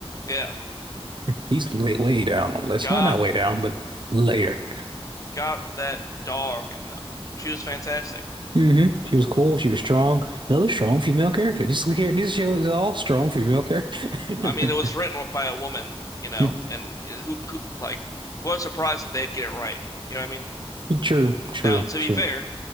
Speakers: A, on the left; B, on the right.
A: Yeah,
B: He's way, way down on the list.
A: got
B: Well, not way down, but later.
A: got that dog in them. She was fantastic.
B: hmm She was cool. She was strong. Another strong female character. This this show is all strong female character.
A: I mean, it was written by a woman, you know,
B: <laughs>
A: and who who like what a surprise that they'd get it right. You know what I mean?
B: True, true,
A: Now, to
B: true.
A: be fair,